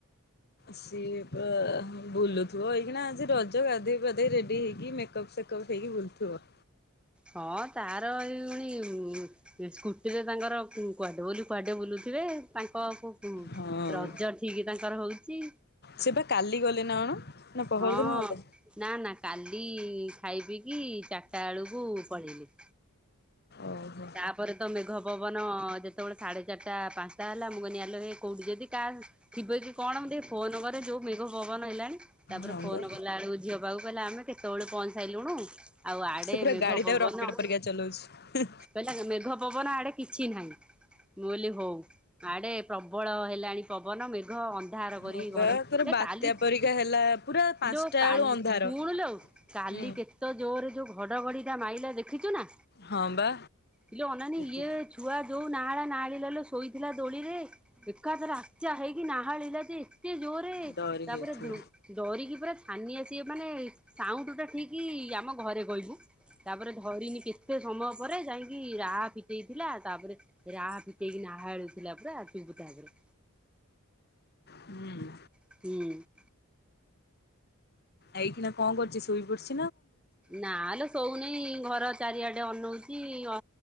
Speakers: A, on the left (about 50°); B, in the centre.
A: ସିଏ ପା ବୁଲୁଥିବ ହେଇକି ନା ଆଜି ରଜ ଗାଧେଇ ପାଧେଇ ରେଡି ହେଇକି ମେକଅପ ସେ ମେକପ୍ ହେଇକି ବୁଲୁଥିବ।
B: ହଁ ତାର ଏଇ ପୁଣି ସ୍କୁଟିରେ ତାଙ୍କର କୁଆଡେ ବୋଲି କୁଆଡେ ବୁଲୁଥିବେ ତାଙ୍କ ହୁଁ
A: ହଁ।
B: ରଜ ଠିକ୍ ତାଙ୍କର ହୋଉଚି।
A: ସିଏ ପା କାଲି ଗଲେ ନା କଣ? ନା ପହର
B: ହଁ।
A: ଦିନ ଗଲେ
B: ନାଁ ନାଁ କାଲି ଖାଇ ପିଇକି ଚାରିଟା ବେଳକୁ ପଳେଇଲେ।
A: ଓହୋ।
B: ତାପରେ ତ ମେଘ ପବନ ଯେତେବେଳେ ସାଢେ ଚାରିଟା ପାଞ୍ଚଟା ହେଲା ମୁଁ କହିଲି ଆଲୋ ହେ କୋଉଠି ଯଦି କାହା ଥିବ କି କଣ ମୁଁ ଟିକେ ଫୋନ କରେ ଯୋଉ ମେଘ ପବନ ହେଲାଣି। ତାପରେ
A: ହଁ
B: ଫୋନ୍
A: ବା
B: କଲା ବେଳକୁ ଝିଅ ପାଖକୁ କହିଲା ଆମେ କେତେଓଳେ ପହଞ୍ଚି ସାରିଲୁଣୁ। ଆଉ ଆଡେ
A: ସେ ପୁରା
B: ମେଘ
A: ଗାଡି ଟାକୁ
B: ପବନ
A: ରକେଟ ପରିକା ଚଲଉଛି। ହୁଁ।
B: କହିଲା ମେଘ ପବନ ଆଡେ କିଛି ନାହିଁ। ମୁଁହିଲି ହଉ ଆଡେ ପ୍ରବଳ ହେଲାଣି ପବନ ମେଘ ଅନ୍ଧ ଉଧାର
A: ହଁ
B: କରି ଘଡ
A: ବା ପୁରା
B: ହେ
A: ବାତ୍ୟା
B: କାଲିି
A: ପରିକା ହେଲା ପୁରା ପାଞ୍ଚଟା
B: ଇଲୋ କାଲି
A: ବେଳୁ ଅନ୍ଧାର।
B: ଶୁଣୁଲୋ କାଲି
A: ହୁଁ
B: କେତେ ତ ଜୋରେ ଯୋଉ ଘଡ଼ଘଡ଼ିଟା ମାଇଲା ଦେଖିଛୁ ନା?
A: ହଁ ବା।
B: ଇଲୋ ଅନାନୀ
A: ତୁ
B: ଇଏ ଛୁଆ ଯୋଉ ନାହାଳା ନାହାଳି ଲୋ ଶୋଇଥିଲା ଦୋଳିରେ। ଏକାଥରେ ଆକଚିଆ ହେଇକି ନାହାଳିଲା ଯେ ଏତେ ଜୋରରେ
A: ଡରି
B: ତାପରେ
A: ଯାଇଥିବ।
B: ଡୋ ଡରିକି ପୁରା ହାନିଆ ସିଏ ମାନେ ସାଉଣ୍ଡ ଟା ଠିକି ଆମ ଘରେ କହିବୁ। ତାପରେ ଧରିନି କେତେ ସମୟ ପରେ ଯାଇକି ରା ପିଟେଇଥିଲା ତାପରେ ରାହା ଫିଟେଇକି ନାହାଳି ଥିଲା ପୁରା ଚୁପ୍ ତାପରେ।
A: ହୁଁ।
B: ହୁଁ।
A: ଏଇ ଖୁଣା କଣ କରୁଚି ଶୋଇ ପଡିଚି।
B: ନା ଲୋ ଶୋଉନେଇଁ ଘର ଚାରିଆଡେ ଅନଉଚି ଅ